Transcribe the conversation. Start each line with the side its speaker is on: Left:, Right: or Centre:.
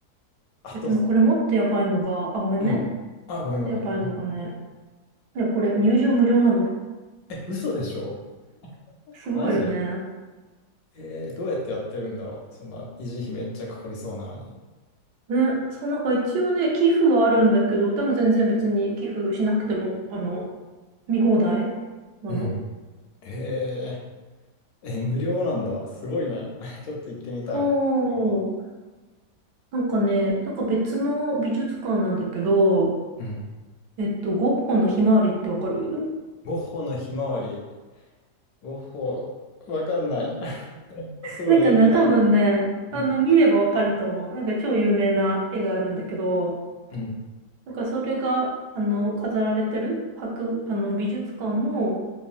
Left: あと、
Right: え、でもこれもっとやばいのが、あ、ごめんね。
Left: うん。あ、ごめんごめん。
Right: やばいのがね。
Left: うん
Right: いや、これ入場無料なの。
Left: え、嘘でしょ
Right: すごいよね。
Left: マジえー、どうやってやってるんだろうそんな維持費めっちゃかかりそうなのに。
Right: ね、そうなんか一応ね、寄付はあるんだけど、でも全然別に寄付しなくても、あの、見放題なの。
Left: うん。えー、え、無料なんだ。すごいね。<laughs> ちょっと行ってみたい。
Right: そう。
Left: 無料は
Right: なんかね、なんか別の美術館なんだけど、
Left: うん。
Right: えっと、ゴッホのひまわりってわかる
Left: ゴッホのひまわり。ゴッホ、わかんない。<laughs> すごい有名なやつ。
Right: なんかね、多分ね、
Left: うん。
Right: あの、見ればわかると思う。なんか超有名な絵があるんだけど、
Left: うん。
Right: なんかそれが、あの、飾られてる博、あの、美術館も、